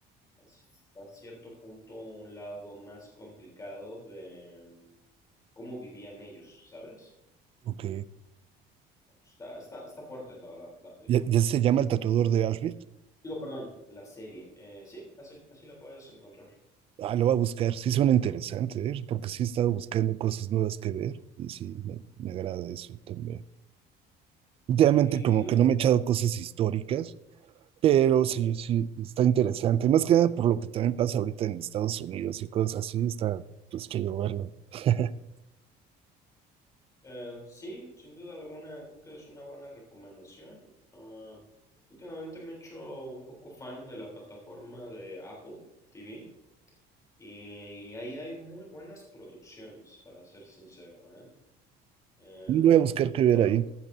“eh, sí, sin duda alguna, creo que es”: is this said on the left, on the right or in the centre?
Left